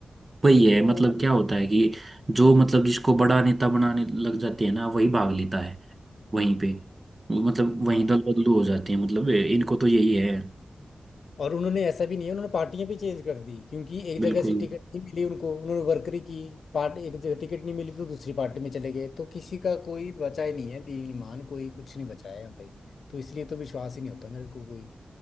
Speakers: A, on the right (about 35°); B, on the left (about 85°).
A: वही है
B: तो
A: मतलब क्या होता है कि जो मतलब जिसको बड़ा नेता बनाने लग जाते हैं ना वही भाग लेता है वहीं पे मतलब
B: हाँ
A: वहीं दल बदलू हो जाते हैं मतलब इनको तो यही है
B: और उन्होंने ऐसा भी नहीं है उन्होंने पार्टियां भी चेंज कर दी क्योंकि एक
A: बिल्कुल
B: जगह से टिकट नहीं मिली उनको उन्होंने वर्करी की पार्ट एक जगह टिकट नहीं मिली तो दूसरी पार्टी में चले गए तो किसी का कोई बचा ही नहीं है दीन ईमान कोई कुछ नहीं बचाया है भाई तो इसलिए तो विश्वास ही नहीं होता मेरे को कोई